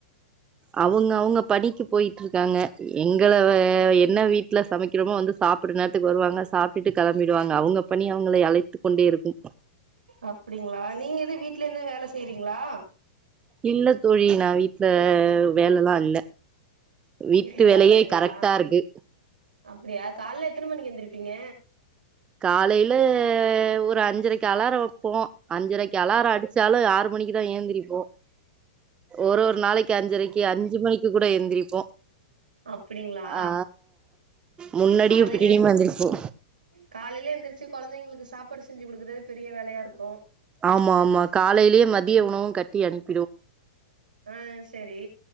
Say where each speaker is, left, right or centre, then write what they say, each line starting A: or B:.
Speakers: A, on the right; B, on the right.
A: அவுங்கவுங்க பணிக்கி போயிட்டு இருக்காங்க எங்கள என்ன வீட்ல சமைக்கிறோமோ வந்து சாப் ட்ற நேரத்துக்கு வருவாங்க சாப்டுட்டு கெளம்பிடுவாங்க அவுங்க பணி அவுங்களை அழைத்து கொண்டே இருக்கும்
B: அப்டிங்களா நீங்க எது வீட்ல இருந்து வேல செய்றீங்களா
A: இல்ல தோழி நா வீட்ல வேலல்லா இல்ல வீட்டு
B: வீட்ல வேலல்லா
A: வேலையே
B: இல்லையா
A: கரெக்டா இருக்கு
B: அப்டியா கால்ல எத்தன மணிக்கி எந்திரிப் பீங்க
A: காலையில ஒரு அஞ்சரைக்கு அலாரோ வெப்போ அஞ்சரைக் அலாரோ அடிச்சாலு ஆறு மணிக்குதா ஏந்திரிப்போ ஒரு ஒரு நாளைக்கு அஞ்சரைக் கி அஞ்சு மணிக்கு கூட ஏந்திரிப்போ
B: அப்டிங்களா
A: ஆ முன்னடியு
B: காலையில
A: பின்னாடியுமா
B: எந்து
A: எந்திரிப்போ
B: காலையில எந்திருச்சு கொழந்தைங்களுக்கு சாப்பாடு செஞ்சு குடுக்கறது பெரிய வேலையா இருக்கோ
A: ஆமா ஆமா காலையிலயே மதிய உணவும் கட்டி அனுப்
B: ஆ செரி